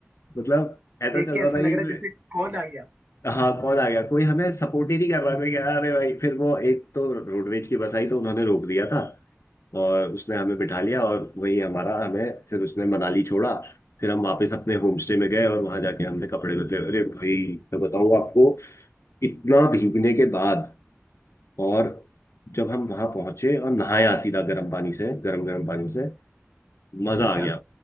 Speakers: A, on the left; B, on the right.
A: मतलब ऐसा
B: देख
A: चल
B: के
A: रहा
B: ऐसा
A: था
B: लग
A: कि
B: रहा
A: मैं-
B: है जैसे कौन आ गया
A: हाँ कौन आ गया कोई हमें सपोर्ट ही नहीं कर रहा कोई कह रहा अरे भाई फिर वो एक तो रोडवेज की बस आई तो उन्होंने रोक दिया था और उसने हमें बिठा लिया और वही हमारा हमें फिर उसने मनाली छोड़ा फिर हम वापस अपने होम स्टे में गए और वहां जाके हमने कपड़े बदले अरे भाई मैं बताऊँ आपको इतना भीगने के बाद और जब हम वहां पहुंचे और नहाया सीधा गर्म पानी से गर्म गर्म पानी से मजा
B: अच्छा
A: आ गया